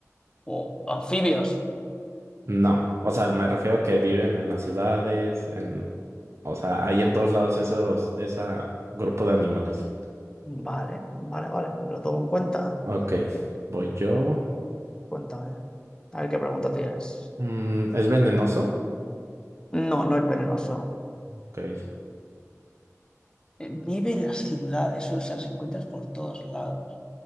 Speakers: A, on the left; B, on the right.
A: Uh, anfibios.
B: No, o sea, me refiero a que viven en las ciudades, en, o sea, hay en todos lados esos, esa grupo de animales.
A: Vale, vale, vale, me lo tomo en cuenta.
B: Ok,
A: Eh,
B: voy yo.
A: Cuéntame, a ver qué pregunta tienes.
B: Mm, ¿es venenoso?
A: No, no es venenoso.
B: Ok,
A: Eh, Vive en las ciudades, o sea, los encuentras por todos lados.